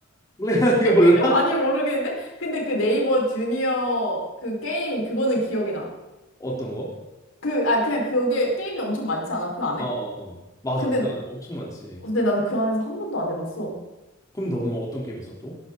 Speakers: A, on the left; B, on the left.
A: <laughs> 이거 몰라?
B: <laughs> 아니, 모르겠는데? 근데 그 네이버 주니어 그 게임, 그거는 기억이 나.
A: 어떤 거?
B: 그, 아, 그냥 그게 게임이 엄청 많지 않아? 그 안에?
A: 어 어, 어. 맞아
B: 근데,
A: 그 안에 엄청 많지.
B: 근데 나는 그 안에서 한 번도 안 해봤어.
A: 그럼 너는 어떤 게임 했어 또?